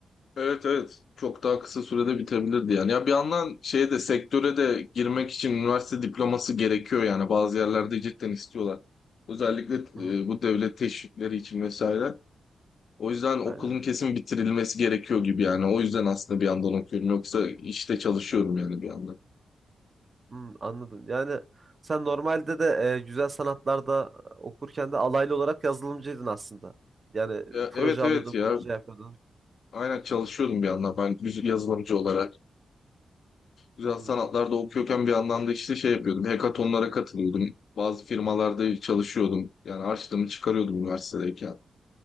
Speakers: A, on the left; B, on the right.
A: Evet evet çok daha kısa sürede bitebilirdi yani. Ya bir yandan şeye de sektöre de girmek için üniversite diploması gerekiyor yani bazı yerlerde cidden istiyorlar. Özellikle
B: Hı hı.
A: e, bu devlet teşvikleri için vesaire. O yüzden okulun
B: Aynen.
A: kesin bitirilmesi gerekiyor gibi yani. O yüzden aslında bir yandan okuyorum yoksa işte çalışıyorum yani bir yandan.
B: Hmm, anladım. Yani sen normalde de e, güzel sanatlarda okurken de alaylı olarak yazılımcıydın aslında. Yani
A: E,
B: proje
A: evet
B: alıyordun,
A: evet ya
B: proje yapıyordun.
A: aynen çalışıyordum bir yandan
B: Anladım.
A: ben yüz- yazılımcı olarak. güzel
B: Hmm,
A: sanatlarda okuyorken bir yandan da işte şey yapıyordum. Hekatonlara katılıyordum. Bazı firmalarda çalışıyordum. Yani harçlığımı çıkarıyordum üniversitedeyken